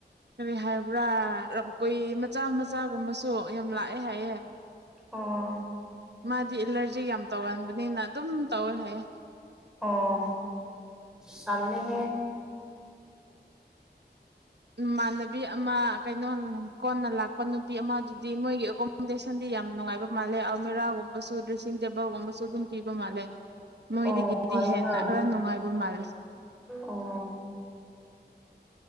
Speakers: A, on the right; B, in the centre.
A: ꯀꯔꯤ ꯍꯥꯏꯕ꯭ꯔꯥ ꯔ ꯀꯨꯏ ꯃꯆꯥ ꯃꯆꯥꯒꯨꯝꯕꯁꯨ ꯌꯥꯝ ꯂꯥꯛꯑꯦ ꯍꯥꯏꯌꯦ
B: ꯑꯣ
A: ꯃꯥꯗꯤ ꯑꯂꯔꯖ ꯖꯤꯛ ꯌꯥꯝ ꯇꯧꯒꯟꯕꯅꯤꯅ ꯑꯗꯨꯝ ꯇꯧꯋꯦ ꯍꯥꯏ ꯑꯦ
B: ꯑꯣ ꯇꯜꯂꯦꯍꯦ
A: ꯏꯃꯥꯟꯅꯕꯤ ꯑꯃ ꯀꯩ ꯅꯡ ꯀꯣꯟꯅꯥ ꯂꯥꯛꯄꯥꯅꯤ ꯄꯤ ꯑꯃꯗꯨꯗꯤ ꯃꯣꯏꯒꯤ ꯑꯦꯀꯣꯃꯣꯗꯦꯁꯟꯗꯤ ꯌꯥꯝ ꯅꯨꯡꯉꯥꯏꯕ ꯃꯥꯜꯂꯦ ꯑꯜꯃꯦꯔꯥꯒꯨꯝꯕꯁꯨ ꯗ꯭ꯔꯦꯁꯤꯡ ꯇꯦꯕꯜꯒꯨꯝꯕꯁꯨ ꯑꯗꯨꯝ ꯄꯤꯕ ꯃꯥꯜꯂꯦ ꯃꯣꯏꯗꯒꯤꯗꯤ
B: ꯑꯣ ꯐꯩꯌꯦꯅ
A: ꯍꯦꯟꯅ ꯈꯔ ꯅꯨꯡꯉꯥꯏ ꯨꯗꯨꯝ ꯃꯥꯂꯦ
B: ꯑꯣ